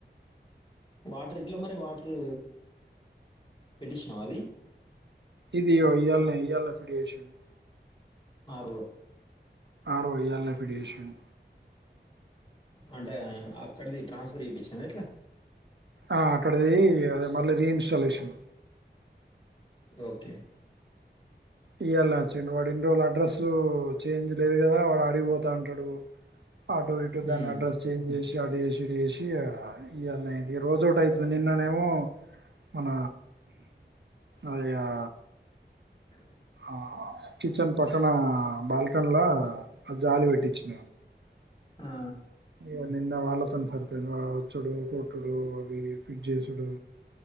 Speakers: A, on the left; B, on the right.
A: వాటర్ ఎట్ల మరి వాటరూ పెట్టించినావ అది
B: ఇది ఇగో ఇయల్నే ఇయాల్నే ఫిడ్ చేశిండు
A: ఆరు
B: బ్రో ఇయ్యల్నే పిడీ చేసిండు
A: అంటే అక్కడిది ట్రాన్స్ఫర్ చేపించినవ ఎట్లా
B: ఆ అక్కడిది అదే మళ్ళీ రీ ఇన్స్టాలేషన్
A: ఓకె
B: ఇయ్యాల చ్చిండు వాడు ఇండ్రో లడ్రస్సు చేంజ్ లేదు కదా వాడు ఆడిగిపోతంటడు ఆటు ఇటు దాని
A: ఉమ్.
B: అడ్రస్ చేంజ్ చేసి ఆదేసి టీట్ చేసి ఇగ ఇయ్యల్నే అయింది ఇగ రోజోటైతుంది నిన్ననే ఏమో మన అది ఆ
A: అ
B: ఆ కిచెన్ పక్కన బాల్కన్ల అది జాలి వెట్టిచ్చిన
A: ఆ
B: ఇగ నిన్న వాళ్ళతోని సరిపోఇంది వాడోచ్చుడు కొట్టుడు అవి ఫిట్ చేసుడు